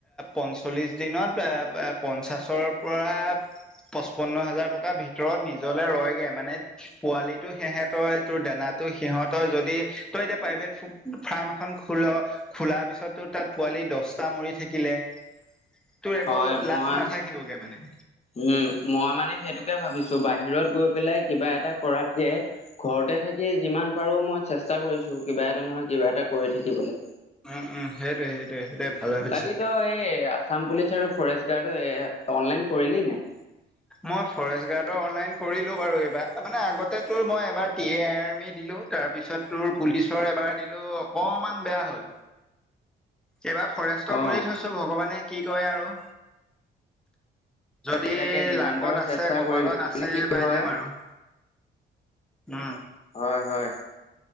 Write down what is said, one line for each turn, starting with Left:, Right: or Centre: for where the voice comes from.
Centre: পঞ্চল্লিছ দিনত পঞ্চাছৰ পৰা। পচপন্ন হাজাৰ টকাৰ ভিতৰত নিজলে ৰয় গে মানে। পোৱালিটো সেহেতৰ এই তোৰ দানা। আৰু সিহতৰ যদি তই প্ৰাইভেট ফ্ৰাম এখন খু'ল খোলা পিছত টোৰ তাত। ৱালি দহটা মৰি থাকিলে তোৰ একো
Left: হয় মই
Centre: লাভ নাথাকিবগে মানে।
Left: উম, মই মানে সেইটোকে ভাবিছো বাহিৰত গৈ পেলাই কিবা এটা কৰাতকে। ঘৰতে থাকি যিমান পাৰো মই চেষ্টা কৰিছো। কিবা এটা নহয় কিবা এটা কৰি থাকিবলে।
Centre: উম, উম সেইটোৱে সেইটোৱে। সেইটোৱে ভাল ভাবিছ।
Left: বাকী তই এই আছাম পুলিচ আৰু ফৰেষ্ট গাৰ্ডো অনলাইন কৰিলি নাই?
Centre: মই ফৰেষ্ট গাৰ্ডৰ অনলাইন কৰিলো বাৰু এইবাৰ, মানে আগটো মই এবাৰ টি, এ আৰ্মি দিলো তাৰ পিছত তোৰ পুলিচৰ এবাৰ দিলো অকমান বেয়া হ'ল। এইবাৰ ফৰেষ্ট
Left: অ
Centre: কৰি থৈছো। ভগৱানে কি কৰে আৰু। যদি
Left: তাকে তাকে যিমান
Centre: লাকত
Left: পাৰো
Centre: আছে
Left: চেষ্টা
Centre: কপালত
Left: কৰিবি
Centre: আছে
Left: মানে কি
Centre: পাই
Left: হয়
Centre: যাম আৰু। উম।
Left: হয়, হয়,